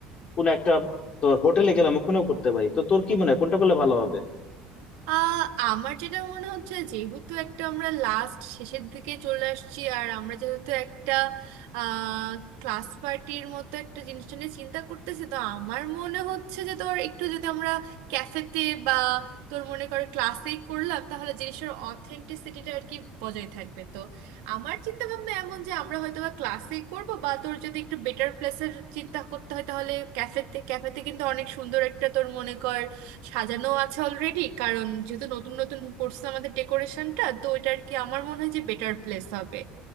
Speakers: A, on the left; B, on the right.
A: কোনো একটা তোর হোটেলে গেলাম ওখানেও করতে পারি তো তোর কি মনে হয় কোনটা করলে ভালো হবে
B: আহ আমার যেটা মনে হচ্ছে যেহেতু একটা আমরা লাস্ট শেষের দিকে চলে আসছি আর আমরা যেহেতু একটা আহ ক্লাস পার্টির মতো একটা জিনিসটা নিয়ে চিন্তা করতেছি তো আমার মনে হচ্ছে যে তোর একটু যদি আমরা ক্যাফেতে বা তোর মনে করে ক্লাসেই করলাম তাহলে জিনিসের অথেন্টিসিটিটা আর কি বজায় থাকবে তো আমার চিন্তা ভাবনা এমন যে আমরা হয়তো বা ক্লাসেই করবো বা তোর যদি একটু বেটার প্লেসের চিন্তা করতে হয় তাহলে ক্যাফেতে ক্যাফেতে কিন্তু অনেক সুন্দর একটা তোর মনে কর সাজানো আছে অলরেডি কারণ যেহেতু নতুন নতুন করছে আমাদের ডেকোরেশনটা তো ওইটা আর কি আমার মনে হয় যে বেটার প্লেস হবে